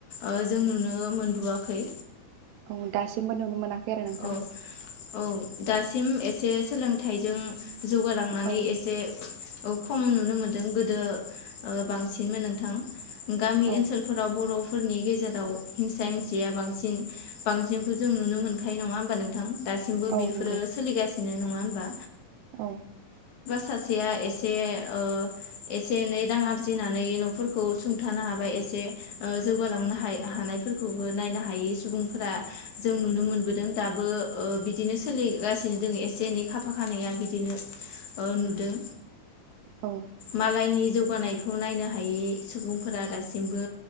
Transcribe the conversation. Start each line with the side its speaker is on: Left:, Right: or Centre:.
Left: ओ जों नुनो मोनबोआखै।
Right: औ दासिमबो नुनो मोना <unintelligible> रो नोंथां
Left: औ औ दासिम एसे सोलोंथाइजों जौगालांनानै
Right: औ
Left: एसे औ खम नुनो मोन्दों गोदो बांसिनमोन नोंथां। गामि
Right: औ
Left: ओनसोलफोराव बर' फोरनि गेजेराव हिंसा हिंसिया बांसिन बांसिनखौ जों नुनो मोनो नङा होनबा नोंथां दासिमबो
Right: औ
Left: बेफोरो
Right: नंगौ
Left: सोलिगासिनो बिदिनो नङा होनबा
Right: औ
Left: सासेया एसे ओ एसे एनै रां आरजिनानै नफोरखौ सुंथानो हाबाय एसे जौगालांनो हानायफोरखौबो नायनो हायि सुबुंफोरा जों नुनो मोन दों दाबो ओ बिदिनो सोलिगासिनो दङ एसे एनै खाफा खानैया बिदिनो नुदों
Right: औ
Left: मालायनि जौ जौगानायखौ नायनो हायि सुबुंफोरा दासिमबो